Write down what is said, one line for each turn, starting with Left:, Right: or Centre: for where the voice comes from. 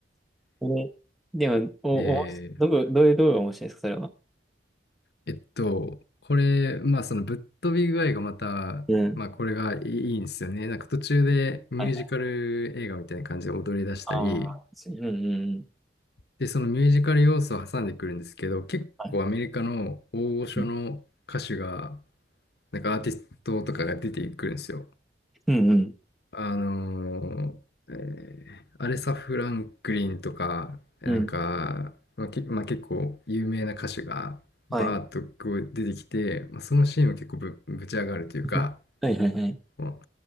Centre: これ、でも、お、
Left: <laughs>
Centre: おもし、
Left: で、
Centre: どこ、どういう動画が面白いですか、それは。
Left: えっと、これ、まあそのぶっ飛び具合がまた、
Centre: うん。
Left: まあこれがいいいいんですよね。なんか途中でミュージカル映画みたいな感じで踊り出したり、
Centre: はいはい。ああ、うんうんうん。
Left: で、そのミュージカル要素を挟んでくるんですけど、結構アメリカの大御所の歌手が、
Centre: はい。うん
Left: なんかアーティストとかが出てくるんですよ。
Centre: うん。
Left: あのーえーアレサ・フランクリンとか、なんか、
Centre: うん。
Left: まあ、けまあ、結構有名な歌手がバーッとこう出てきて、
Centre: はい。
Left: まあ、そのシーンは結構ぶ、ぶち上がるというか、
Centre: <laughs> はいはいはい。
Left: も